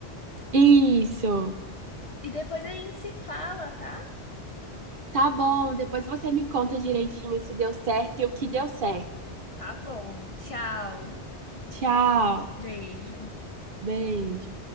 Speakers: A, on the right; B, on the left.
A: Isso.
B: E depois a gente se fala, tá?
A: Tá bom, depois você me conta direitinho se deu certo e o que deu certo.
B: Tá bom. Tchau.
A: Tchau,
B: Beijo.
A: beijo.